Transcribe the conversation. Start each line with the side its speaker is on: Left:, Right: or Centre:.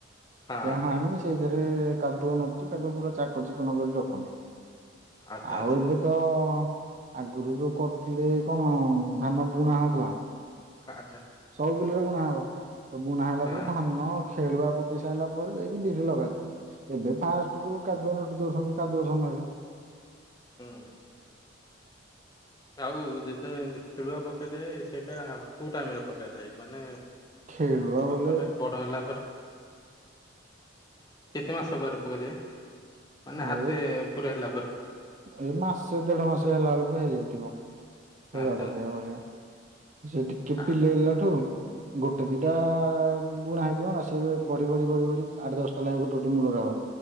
Left: ହଁ
Right: ସେ ହାଣି ସେଇଥିରେ କାଦୁଅ ନୋଟି ତାକୁ ପୁରା ଚାକ ଚିକଣ କରି ରଖନ୍ତି।
Left: ଆଚ୍ଛା
Right: ଆଉ
Left: ଆଚ୍ଛା
Right: ଏବେ ତ ଆଗରୁ ଯୋଉ କରୁଥିଲେ କଣ ଧାନ ବୁଣା ହୋଉଥିଲା।
Left: ଆଚ୍ଛା।
Right: ସବୁ ବିଲରେ ବୁଣା ହବ ତ ବୁଣା ହେଲା
Left: ହଁ
Right: ପରେ ଧାନ ଖେଳୁଆ ପକେଇ ସାରିଲା ପରେ ଯାଇକି ବିରି ଲଗାଯାଏ। ଏବେ ଫାଷ୍ଟରୁ କାଦୁଆ ନୋଟି ଦୋଉଚନ୍ତି କାଦୁଆ ସମୟରେ।
Left: ହୁଁ ହୁଁ। ଆଉ ଯେତେ ଖେଳୁଆ ପକାଯାଏ ସେଇଟା କୋଉ ଟାଇମରେ ପକାଯାଏ ମାନେ
Right: ଖେଳୁଆ ବୋଲେ
Left: ଗଛଟା ବଡ ହେଲାପରେ କେତେ ମାସ ପରେ ପକାଯାଏ? ମାନେ ହାତେ
Right: ଏ
Left: ଉପରେ ହେଲା ପରେ
Right: ଏ ମାସେ ଦେଢ ମାସ ହେଲା ବେଳକୁ ହେଇଯାଇଥିବ। ଖେଳୁଆ
Left: ଆଚ୍ଛା
Right: ପକେଇବା
Left: ଆଚ୍ଛା।
Right: ଭଳିଆ। ସେ ଟିକେ
Left: ଆ
Right: ପିଲେଇଲାଠୁ ଗୋଟେ ଦିଇଟା
Left: ହୁଁ
Right: ବୁଣା ହେଇଥିବ ନା ସିଏବି ବଢି ବଢି ବଢି ବଢି ଆଠ ଦଶଟା ଲାଗେ ଗୋଟେ ଗୋଟେ ମୂଳରେ ହବ।